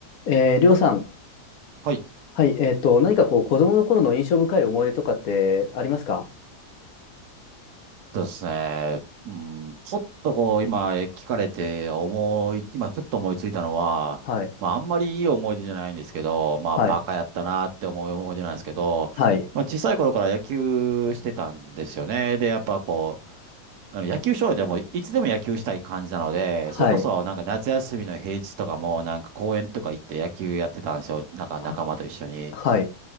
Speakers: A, on the left; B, on the right.
A: えー、りょうさん、
B: はい。
A: はい、えっと、何かこう、子供の頃の印象深い思い出とかってありますか
B: そうですね。うん、ちょっとこう、今聞かれて思い、今ふっと思いついたのは、
A: はい、
B: まああんまりいい思い出じゃないんですけど、まあバカやったなって思う思い出なんですけど、
A: はい、はい、
B: まあ小さい頃から野球してたんですよね。で、やっぱこう、あの野球少年でもいつでも野球したい感じなので、
A: はい、
B: それこそなんか夏休みの平日とかもなんか公園とか行って野球やってたんですよ。なんか仲間と一緒に。
A: あはい、